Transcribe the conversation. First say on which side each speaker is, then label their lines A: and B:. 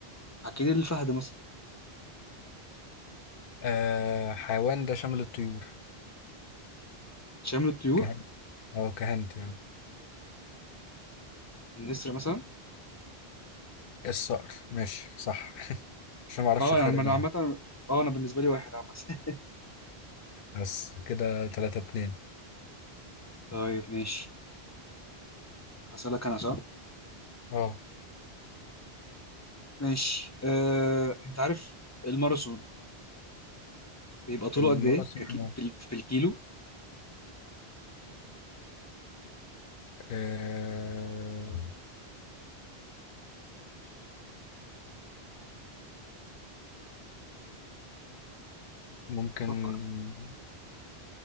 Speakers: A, on the left; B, on the left.
A: اكيد الفهد مثلا
B: آه... حيوان ده شامل الطيور
A: شامل الطيور
B: كهنت اه كهنت يعني
A: النسر مثلا
B: الصقر ماشي صح <laughs> عشان ما اعرفش
A: اه
B: الفرق
A: يعني
B: بينهم
A: انا عامة اه انا بالنسبة لي واحد عامة <laughs>
B: بس كده 3 2
A: طيب ماشي هسألك انا صح
B: اه
A: ماشي آه، انت عارف الماراثون بيبقى طوله
B: المواسم
A: قد ايه ككي... في ال- في الكيلو
B: آه ممكن
A: فكر